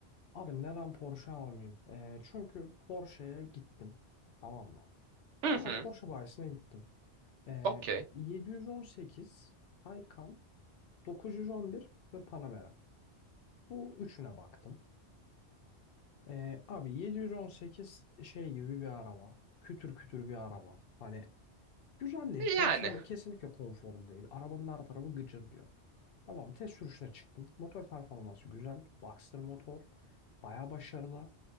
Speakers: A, on the left (about 60°); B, on the right (about 80°).
A: Abi neden Porsche almayayım? Ee, çünkü Porsche'ye gittim. Tamam mı? Ama
B: Hı hı.
A: Porsche bayisine gittim. Ee,
B: Okey.
A: 718 Taycan 911 ve Panamera. Bu üçüne baktım. Ee, abi 718 şey gibi bir araba. Kütür kütür bir araba. Hani güzel değil.
B: E,
A: Konfor,
B: Yani.
A: kesinlikle konforlu değil. Arabanın her tarafı gıcır diyor. Tamam test sürüşüne çıktım. Motor performansı güzel. Boxster motor. Baya başarılı.